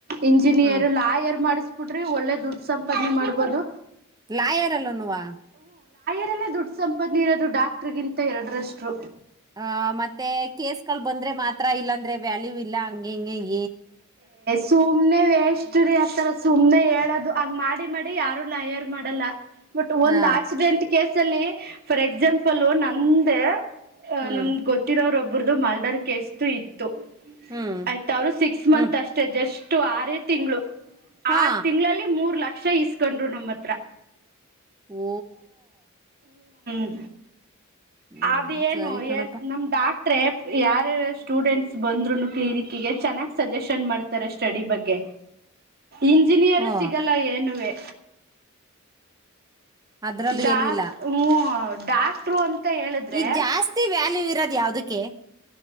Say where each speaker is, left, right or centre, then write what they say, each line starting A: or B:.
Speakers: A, on the right (about 45°); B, on the right (about 15°).
A: ಇಂಜಿನಿಯರ್
B: ಹಾ
A: ಲಾಯರ್ ಮಾಡಿಸಬಿಡ್ರಿ ಒಳ್ಳೆ ದುಡ್ ಸಂಪಾದನೆ ಮಾಡ್ಬೋದು
B: ಲಾಯರ್ ಅಲ್ಲನುವಾ
A: ರಲ್ಲ ದುಡ್ಡು ಸಂಪತ್ತು ನೀ ಇರೋದು ಡಾಕ್ಟ್ರಿಗಿಂತ ಎರಡರಷ್ಟು
B: ಆ ಮತ್ತೆ ಕೇಸ್ಗಳು ಬಂದ್ರೆ ಮಾತ್ರ ಇಲ್ಲಾಂದ್ರೆ ವ್ಯಾಲ್ಯೂ ಇಲ್ಲ ಹಂಗಗೆ ಹಿಂಗೆ ಇಲ್ಲ
A: ಸೋಮನೆ ವೇಸ್ ಷ್ಟೀ ಆತರ ಸುಮ್ನೆ ಹೇಳೋದು ಹಂಗ್ ಮಾಡಿ ಮಾಡಿ ಯಾರು ಲಯರ್ ಮಾಡಲ್ಲ ಬಟ್ ಒಂದ್
B: ಹಾ
A: ಆಕ್ಸಿಡೆಂಟ್ ಕೇಸ ಅಲ್ಲಿ ಫಾರ್ ಎಕ್ಸಾಂಪಲ್ ನಂದ ಅ
B: ಹ್ಮ್
A: ನಮ್ಗೆ ಗೊತ್ತಿರೋರ ಒಬ್ರದು ಮಾಲ್ಡಾರ್ ಕೇಸ್್ದು ಇತ್ತು
B: ಹ್ಮ್
A: ಆಯ್ತ ಅವರು ಸಿಕ್ಸ್ ಮಂತ್
B: ಹ್ಮ್
A: ಅಷ್ಟೆ ಜಸ್ಟ್ ಆರೇ ತಿಂಗಳು
B: ಹಾ
A: ಆರು ತಿಂಗಳಲ್ಲಿ ಮೂ ಲಕ್ಷ ಕಕ್ಷ ಇಸ್ಕೊಂಡ್ರು ನಮ್ಮ ಹತ್ರ
B: ಓ
A: ಹ
B: ಹ್ಮ್
A: ಅದೇಏನು
B: ಸರಿ ಕಣಪ್ಪ
A: ಎ ನಮ ಾಟ್ ೆ ಯಾರಾರ ಸ್ಟೂಡೆಂಟ್ಸ್ ಬಂದ್ರುನು ಕ್ಲಿನಿಕ್ ಗೆ ಚೆನ್ನಾಗ್ ಸಜೆಷನ್ ಮಾಡ್ತಾರೆ ಸ್ಟಡಿ ಬಗ್ಗೆ ಇಂಜಿನಿಯರು
B: ಹ್ಞೂ
A: ಸಿಗಲ್ಲ ಏನುವೆ
B: ಅದ್ರಲ್ಲೂ
A: ಡಾಕ್
B: ಏನು ಇಲ್ಲ
A: ಹ್ಮ ಡಾಕ್ಟರು ಅಂತ ಹೇಳಿದ್ರೆ
B: ಈಗ ಜಾಸ್ತಿ ವ್ಯಾಲ್ಯೂ ಇರೋದ್ ಯಾವ್ದಕ್ಕೆ